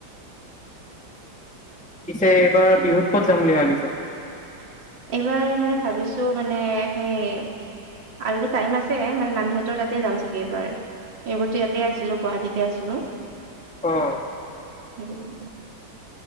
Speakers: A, in the centre; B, on the right.
A: পিছে এইবাৰ বিহুত ক'ত যাম বুলি ভাবিছা?
B: এইবাৰ মানে ভাবিছোঁ মানে সেই আৰুতো টাইম আছে মানে নানীহঁতৰ তাতে যাম চাগে এইবাৰ। এইবোৰতো ইয়াতে আছিলোঁ গুৱাহাটীতে আছিলোঁ।
A: অ',
B: সেইটোকাৰণে